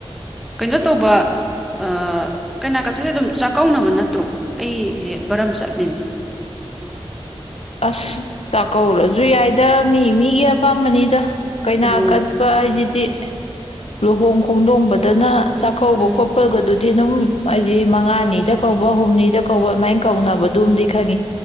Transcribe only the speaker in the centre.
ꯀꯩꯅꯣ ꯇꯧꯕ ꯑꯥ ꯀꯩꯅ ꯀꯠꯄꯁꯦ ꯑꯗꯨꯝ ꯆꯥꯛꯀꯧꯅꯕ ꯅꯠꯇ꯭ꯔꯣ ꯑꯩꯁꯦ ꯕꯔꯝ ꯆꯠꯂꯤꯅꯦ
ꯎꯝ
ꯎꯝ